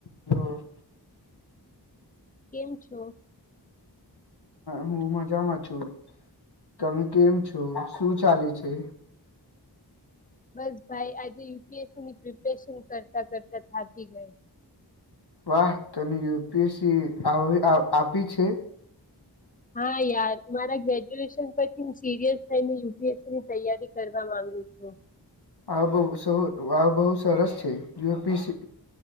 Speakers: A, on the left (about 65°); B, on the left (about 20°).
A: હા <inaudible>
B: કેમ છો?
A: હું મજામાં છું તમે કેમ છો શું ચાલે છે.
B: બસ ભાઈ આજે યુપીએસસીની પ્રિપરેશન કરતાં કરતાં થાકી ગઈ.
A: વાહ તને યુપીએસસી આવ આપી છે.
B: હા યાર મારા ગ્રેજ્યુએશન પરથી હું સીરિયસ થઈને યુપીએસસી ની તૈયારી કરવા માંગુ છું.
A: આ બ આ બહુ સરસ છે જો પી સી